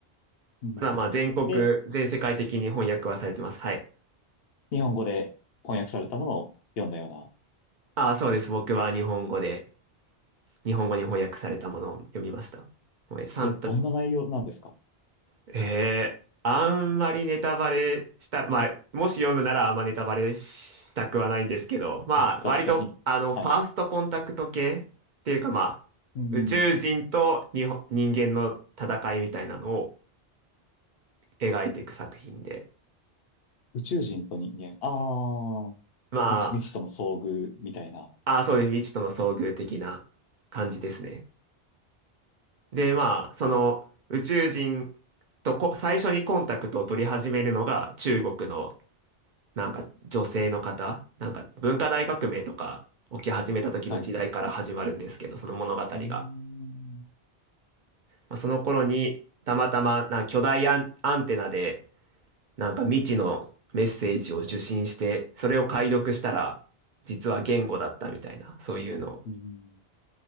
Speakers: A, on the left; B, on the right.
A: <laughs> うん、
B: ただまあ、全国、
A: で、
B: 全世界的に翻訳はされてます。はい。
A: 日本語で翻訳されたものを読んだような、
B: ああ、そうです。僕は日本語で、日本語に翻訳されたものを読みました。もうサンタ、
A: ど、どんな内容なんですか
B: えーあんまりネタバレした、まあ、もし読むならあんまネタバレしたくはないんですけど、
A: <laughs>
B: まあ、
A: 確かに。
B: 割と、あの、ファーストコンタクト系っていうか、
A: はい。
B: まあ、
A: うん。
B: 宇宙人と日本、人間の戦いみたいなのを描いていく作品で、
A: 宇宙人と人間。ああ、
B: ま
A: 未知、未知との遭遇みたいな。
B: あ、あ、そうです。未知との遭遇的な感じですね。で、まあ、その宇宙人とこ最初にコンタクトを取り始めるのが中国のなんか女性の方、なんか文化大革命とか起き始めた時の時代から始まるんですけど、
A: うん、はい。う
B: その物語が。
A: ーん。
B: まあ、その頃にたまたまなんか巨大アン、アンテナでなんか未知のメッセージを受信して、それを解読したら実は言語だったみたいな、そういうの
A: うん。